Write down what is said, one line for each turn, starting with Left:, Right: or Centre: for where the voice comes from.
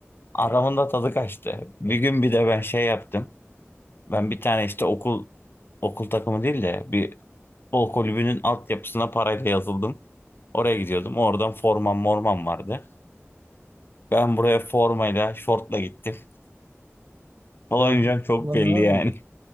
Left: Aramın da tadı kaçtı. Bir gün bir de ben şey yaptım. Ben bir tane işte okul okul takımı değil de bir futbol kulübünün altyapısına parayla yazıldım. Oraya gidiyordum. Oradan formam mormam vardı. Ben buraya formayla, şortla gittim. Olayınca
Right: Grand Prix
Left: çok
Right: falan
Left: belli
Right: da var
Left: yani.
Right: mıydı?